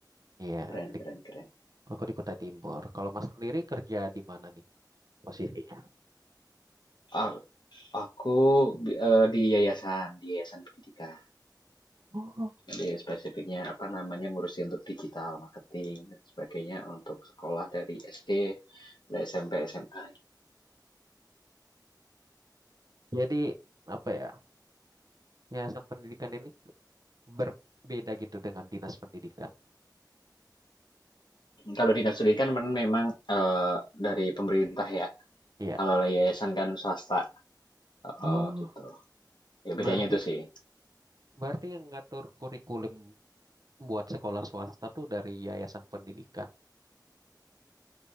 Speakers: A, on the right; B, on the left.
A: Iya,
B: keren,
A: di,
B: keren, keren.
A: aku di Kutai Timur. Kalau mas sendiri kerja di mana nih posisinya?
B: A- Aku, bi- eh, di yayasan, di yayasan pendidikan.
A: Oh.
B: Jadi spesifiknya apa namanya ngurusin untuk digital marketing dan sebagainya untuk sekolah dari SD, dari SMP, SMA.
A: Jadi apa ya? Yayasan pendidikan ini berbeda gitu dengan dinas pendidikan.
B: Kalau dinas pendidikan men- memang eh, dari pemerintah ya.
A: Iya.
B: Kalau yayasan kan swasta
A: Oh,
B: Eh, gitu. Ya
A: berarti
B: bedanya itu sih.
A: berarti yang ngatur kurikulum buat sekolah swasta tuh dari yayasan pendidikan.